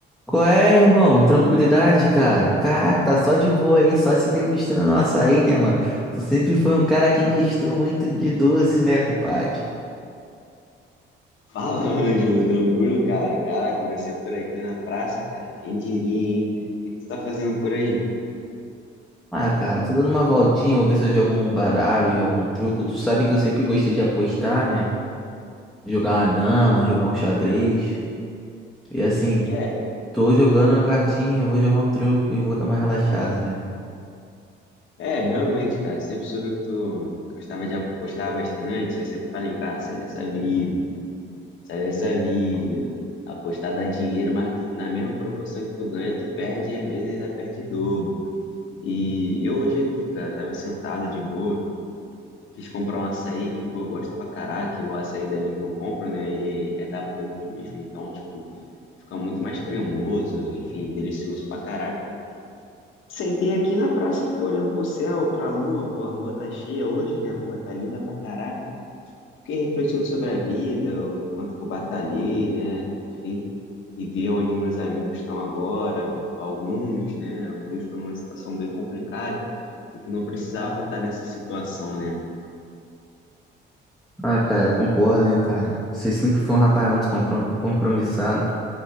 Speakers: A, in the centre; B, on the left.
A: Qual é, irmão? Tranquilidade, cara. Caraca, tá só de boa aí, só se degustando no açaí, né, mano? Tu sempre foi um cara que gostou muito de doce, né, compadre?
B: Fala, Ângelo, tranquilo, cara? Caraca, vai ser por aqui na praça, cara. Quem diria, hein? O que que tu tá fazendo por aí?
A: Ah, cara, tô dando uma voltinha, vou ver se eu jogo um baralho, jogo um truco. Tu sabe que eu sempre gostei de apostar, né? Jogar uma dama, jogar um xadrez. E assim,
B: É,
A: tô jogando uma cartinha, vou jogar um truco e vou dar uma relaxada, né?
B: é, realmente, cara. Sempre soube que tu gostava de apostar bastante. Eu sempre falei, cara, sai dessa vida, sai dessa vida. Apostar dá dinheiro, mas tu, na mesma proporção que tu ganha, tu perde e às vezes ainda perde em dobro. E eu hoje aqui, cara, tava sentado de boa. Quis comprar um açaí que, pô, eu gosto pra caraca, e o açaí dali que eu compro, né? Ele é da polpa mesmo, então, tipo, fica muito mais cremoso, enfim, delicioso pra caraca. Sentei aqui na praça, fiquei olhando pro céu, pra lua, pô, a lua tá cheia hoje, né? Porra, tá linda pra caraca. Fiquei refletindo sobre a vida, o quanto que eu batalhei, né? Enfim, e vi onde meus amigos estão agora, alguns, né? Alguns estão numa situação bem complicada e que não precisavam estar nessa situação, né?
A: Ah, cara, concordo, né, cara? Você sempre foi um rapaz muito compro- compromissado.